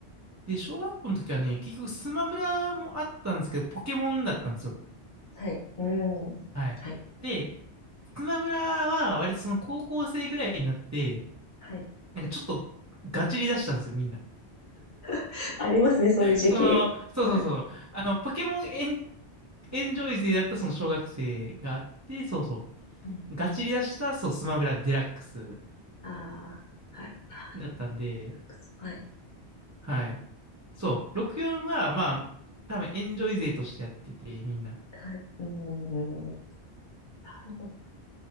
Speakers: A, on the right; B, on the left.
A: で、小学校の時はね、結局スマブラもあったんですけど、ポケモンだったんですよ。
B: はい。うん。
A: はい。
B: はい。
A: で、スマブラは割とその高校生ぐらいになって、
B: はい。
A: なんかちょっとガチリ出したんですよ、みんな。
B: <laughs> ありますね、そういう時期。
A: その、そうそうそう。
B: はい。
A: あの、ポケモンエン、エンジョイ勢だったその小学生があって、そうそ
B: うん。
A: う。ガチリ出した、そう、スマブラデラックス
B: ああ、はい。あ、
A: だったんで、
B: くそはい。
A: はい。そう、64は、まあ、多分エンジョイ勢としてやってて、みんな。
B: はい。うん。なるほど。